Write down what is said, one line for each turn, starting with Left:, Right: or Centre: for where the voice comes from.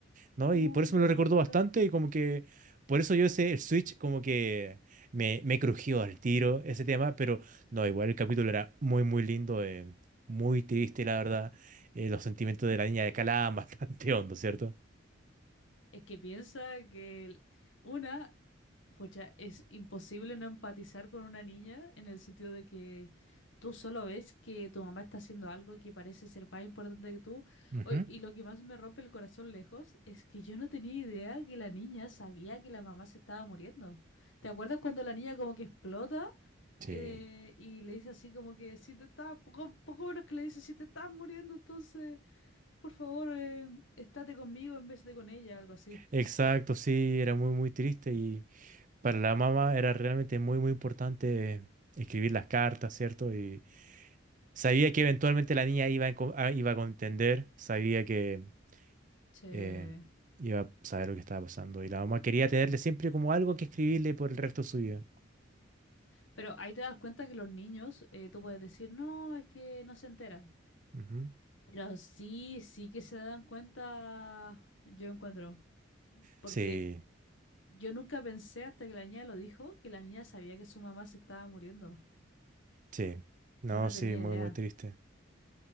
Right: No,
Left: Oh,
Right: y por eso
Left: qué ternura.
Right: me lo recordó bastante y como que por eso yo ese el Switch como que me, me crujió al tiro ese tema, pero
Left: <laughs>
Right: no, igual el capítulo era muy muy lindo, eh, muy triste la verdad. Eh, los sentimientos de la niña de Calaban <laughs> bastante hondo, ¿cierto?
Left: Es que piensa que el- una, pucha, es imposible no empatizar con una niña en el sentido de que tú solo ves que tu mamá está haciendo algo que parece ser más importante que tú.
Right: Ujú.
Left: Oy, y lo que más me rompe el corazón lejos es que yo no tenía idea que la niña sabía que la mamá se estaba muriendo. ¿Te acuerdas cuando la niña como que explota?
Right: Sí.
Left: eh, y le dice así como que si te estás, poco, poco menos que le dice, si te estás muriendo, entonces, por favor, eh, estate conmigo en vez de con ella, algo así.
Right: Exacto, sí, era muy muy triste y para la mamá era realmente muy muy importante escribir las cartas, ¿cierto? Y sabía que eventualmente la niña iba a enco- a- iba a contender, sabía que
Left: sí
Right: eh, iba a saber lo que estaba pasando. Y la mamá quería tenerle siempre como algo que escribirle por el resto de su vida.
Left: Pero ahí te das cuenta que los niños, eh, tú puedes decir, no, es que no se enteran.
Right: Ujú.
Left: Pero sí, sí que se dan cuenta, yo encuentro. Porque
Right: Sí,
Left: yo nunca pensé hasta que la niña lo dijo, que la niña sabía que su mamá se estaba muriendo.
Right: sí. No,
Left: Yo no
Right: sí,
Left: tenía
Right: muy,
Left: idea.
Right: muy triste.